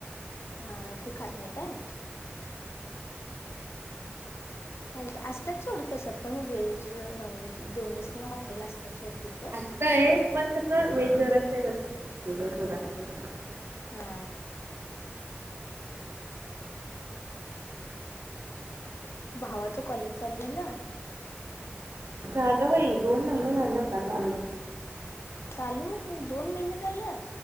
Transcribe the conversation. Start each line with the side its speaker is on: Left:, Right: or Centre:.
Left: हा ती खात नाही काय. चालत असतात सोड तसं पण व्हेज नॉनव्हेज दोन्हीच पण हॉटेल असतात सोड तिथं.
Right: असतंय पण तसं व्हेज जरासं आहे ठीक <inaudible> <unintelligible>
Left: हा. भावाचं कॉलेज चालू झालं?
Right: झालं बाई दोन महिने झाले आता चालू होऊन.
Left: चालू होऊन दोन महिने झालं.